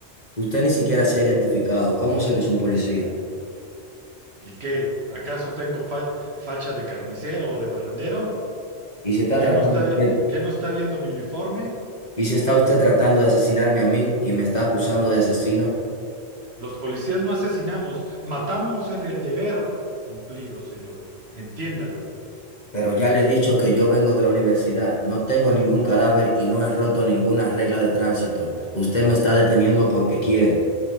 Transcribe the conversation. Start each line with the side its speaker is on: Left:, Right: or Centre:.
Left: Usted ni siquiera se ha identificado. ¿Cómo sé que es un policía?
Right: ¿Y qué? ¿Acaso tengo fa- facha de carnicero o de barrendero?
Left: Y si está
Right: ¿Qué
Left: tratando
Right: no está
Left: usted,
Right: vi- qué no está viendo mi uniforme?
Left: y si está usted tratando de asesinarme a mí y me está acusando de asesino,
Right: Los policías no asesinamos, matamos en el deber cumplido, señor. Entiéndalo.
Left: pero ya le he dicho que yo vengo de la universidad, no tengo ningún cadáver y no he roto ninguna regla de tránsito. Usted me está deteniendo porque quiere.